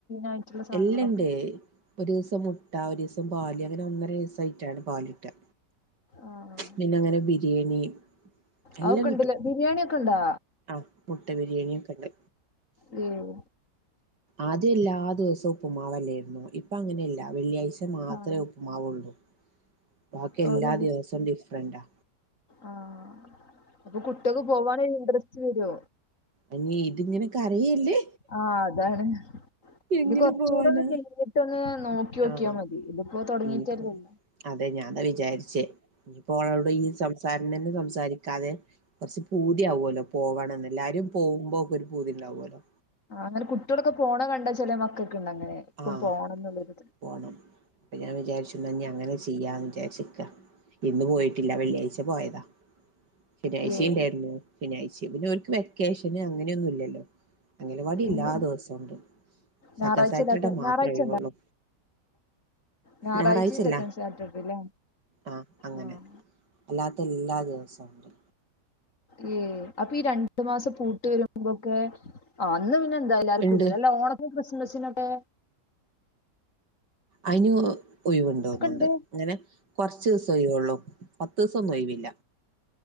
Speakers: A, on the left (about 50°); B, on the right (about 80°).
A: ആയിട്ടുള്ള സാധനങ്ങളൊക്കെ
B: എല്ലാണ്ടേ ഒരു ദിവസം മുട്ട ഒരു ദിവസ സം പാല് അങ്ങനെ ഒന്നര വയസ്സായിട്ടാണ് പാലിട്ടാ
A: ആഹ്
B: പിന്നെ അങ്ങനെ ബിരിയാണി എല്ലാം
A: അതൊക്കെ
B: കിട്ടും
A: ഉണ്ടല്ലേ ബിരിയാണി ഒക്കെ ഉണ്ടോ
B: ആഹ് മുട്ട ബിരിയാണി ഒക്കെ ഉണ്ട്
A: ഉം
B: ആദ്യം എല്ലാദിവസവും ഉപ്പ്മാവല്ലായിരുന്നോ ഇപ്പൊ അങ്ങനെയല്ല വെള്ളിയാഴ്ച മാത്രമേ
A: ആഹ്
B: ഉപ്പ്മാവുള്ളൂ ബാക്കി എല്ലാ
A: ഓരോ ദിസ്
B: ദിവസവും ഡിഫറന്റാ
A: ആഹ് അപ്പൊ കുട്ടിയോൾക് പോവാൻ ഇൻട്രസ്റ്റ് വരുവോ
B: അനി ഇതിങ്ങനെ കരയല്ലേ
A: ആഹ് അതാണ്
B: എങ്ങനെ
A: ഇത് കുറച്ച്
B: പോവാനാ
A: കൂടെ ഒന്ന് കഴിഞ്ഞിട്ട് ഒന്ന് നോക്കി നോക്കിയാ
B: ആഹ്
A: മതി ഇതിപ്പോ തുടങ്ങീട്ടല്ലേ
B: ഇനിയിപ്പോ
A: ഉള്ളു
B: അതെ ഞാനതാ വിചാരിച്ചേ ഇനിപ്പോളോട് ഈ സംസാരം തന്നെ സംസാരിക്കാതെ കുറച്ച് പൂതിയാവുമല്ലോ പോവണംന്ന് എല്ലാരും പോകുമ്പോ ഒക്കെ ഒരു പൂതി ഉണ്ടവുമല്ലോ
A: ആഹ് അങ്ങനെ കുട്ടികളൊക്കെ പോണ കണ്ടാ ചില മക്കൾക്ക് ഉണ്ട് അങ്ങനെ ഇപ്പും
B: ആഹ്
A: പോണം എന്നുള്ളത്
B: പോണം അപ്പൊ ഞാൻ വിചാരിച്ചു ഇനി എന്നാ അങ്ങനെ ചെയ്യാന്ന് വിചാരിച്ചിക്കാ ഇന്ന് പോയിട്ടില്ല വെള്ളിയാഴ്ച പോയതാ ശനിയാഴ്ചയും
A: ഏഹ്
B: ഉണ്ടായിരുന്നു ശെനിയാഴ്ച പിന്നെ അവർക്ക് വെക്കേഷന് അങ്ങനെയൊന്നും ഇല്ലല്ലോ അംഗനവാടി എല്ലാ
A: ഇല്ല
B: ദിവസോണ്ട് സെക്കൻ
A: ഞായറാഴ്ചല്ലാത്ത
B: സാറ്റർഡേ മാത്രേ
A: ഞായറാഴ്ചണ്ടാ
B: ഒഴിവുള്ളു
A: ഞായറാഴ്ചിം
B: ഞായറാഴ്ചയില്ല
A: സെക്കൻഡ് സാറ്റർഡേല്ലേ
B: ആഹ് അങ്ങനെ
A: ആഹ്
B: അല്ലാത്ത എല്ലാ ദിവസം ഉണ്ട്
A: ഉം അപ്പൊ ഈ രണ്ടു മാസം പൂട്ട് വരുമ്പോക്കെ ആഹ് അന്ന് പിന്നെ എന്താ എല്ലർക്കുണ്ട്
B: ഇണ്ട്
A: അല്ല ഓണത്തിനും ക്രിസ്മസിനൊക്കെ
B: അയിന് ഒഴിവുണ്ട് തോന്നുണ്ട്
A: ഒക്കെണ്ട്
B: ഇങ്ങനെ കുറച്ച് ദിവസം ഒഴിവൊള്ളൂ പത്ത് ദിവസം ഒന്നും ഒഴിവില്ല